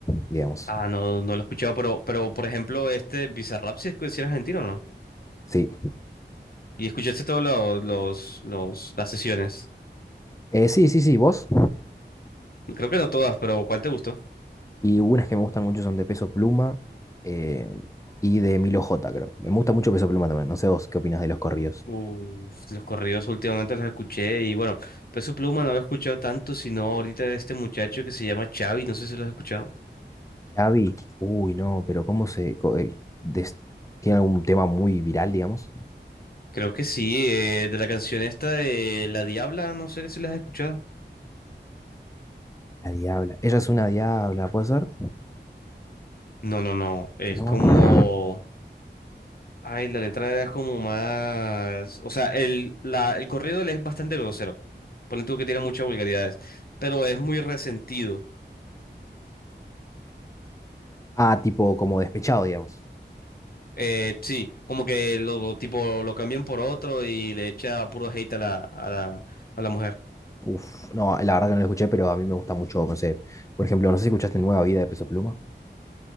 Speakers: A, on the left; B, on the left.
A: digamos.
B: ah, no, no lo he escuchado, pero, pero, por ejemplo, este Bizarrap, si es, si era argentino, ¿no?
A: Sí.
B: ¿Y escuchaste todos los, los, los- las sesiones?
A: Eh, sí, sí, sí, vos.
B: Creo que no todas, pero ¿cuál te gustó?
A: Y unas que me gustan mucho son de Peso Pluma eh, y de Milo J, creo. Me gusta mucho Peso Pluma también. No sé vos qué opinás de los corridos.
B: Uf, los corridos últimamente los escuché y bueno, Peso Pluma no lo he escuchado tanto, sino ahorita de este muchacho que se llama Xavi, no sé si lo has escuchado.
A: Xavi, uy, no, pero ¿cómo se...? co- eh, des- ¿Tiene algún tema muy viral, digamos?
B: Creo que sí, eh, de la canción esta de La Diabla, no sé si la has escuchado.
A: La diabla. Ella es una diabla, ¿puede ser?
B: No, no, no, es
A: No.
B: como... Ay, la letra era como más... O sea, el, la, el corrido él es bastante grosero. Ponle tú que tiene muchas vulgaridades, pero es muy resentido.
A: Ah, tipo como despechado, digamos.
B: Eh, sí, como que lo tipo lo cambian por otro y le echa puro hate a la, a la, a la mujer.
A: Uf, no, la verdad que no lo escuché, pero a mí me gusta mucho, no sé, por ejemplo, no sé si escuchaste Nueva Vida de Peso Pluma,